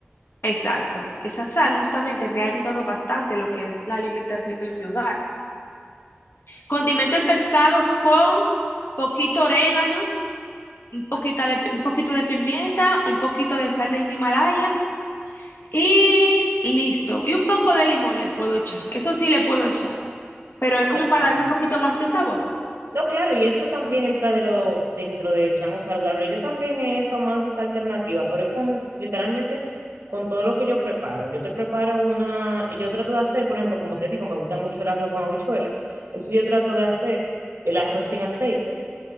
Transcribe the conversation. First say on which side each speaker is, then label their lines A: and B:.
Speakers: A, on the left; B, on the right.
A: Exacto. Esa sal justamente me ha ayudado bastante lo que es la alimentación de mi hogar. Condimento el pescado con poquito orégano, un poquito de, un poquito de pimienta, un poquito de sal de Himalaya y listo. Y un poco de limón le puedo echar. Eso sí le puedo echar, pero es
B: Ay,
A: como
B: sí.
A: para darle un poquito más de sabor.
B: No, claro, y eso también entra de lo, dentro del rango saludable. Yo también he tomado esas alternativas, pero es con, literalmente con todo lo que yo preparo. Yo te preparo una, yo trato de hacer, por ejemplo, como te digo, me gusta mucho el arroz con habichuela. Entonces yo trato de hacer el arroz sin aceite,